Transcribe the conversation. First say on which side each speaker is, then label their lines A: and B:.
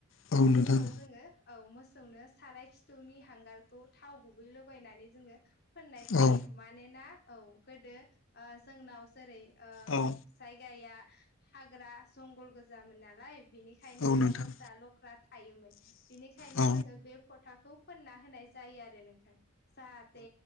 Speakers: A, on the left; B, on the left.
A: औ
B: बिनि
A: नोंथां
B: उनाव जोङो औ मोसौनो साराय खि थौनि हांगारखौ थाव गुबै लगायनानै जोङो फोननाय जायो
A: औ
B: । मानोना औ गोदो ओ जोंनाव जेरै ओ
A: औ नोंथां औ
B: जायगाया हाग्रा जंगल गोजामोन नालाय बेनिखायनो
A: औ
B: बेयाव
A: नोंथां
B: मो सा-ल'ख्रा थायोमोन बेनिखायनो
A: औ
B: जोङो बे फ'थाखौ फोनना होनाय जायो आरो नोंथां। जाहाथे